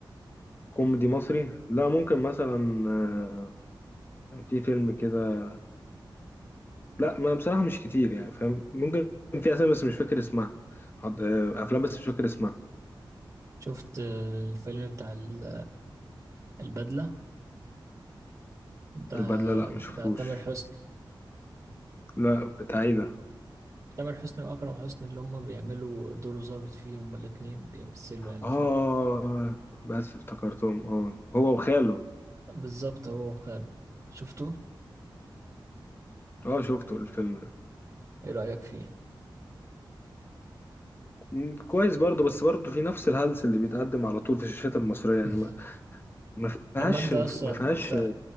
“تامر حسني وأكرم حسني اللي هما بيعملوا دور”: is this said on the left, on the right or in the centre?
Right